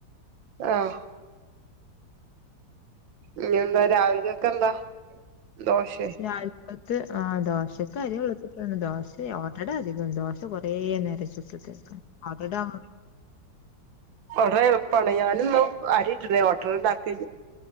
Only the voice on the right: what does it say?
ആഹ് ഇനി എന്താ രാവിലെകെക്കെ എന്താ? ദോശേ
കുറേ എളുപ്പാണ് ഞാനും അരിയിട്ടിട്ടില്ല. ഓട്ടട ഉണ്ടാക്കണ്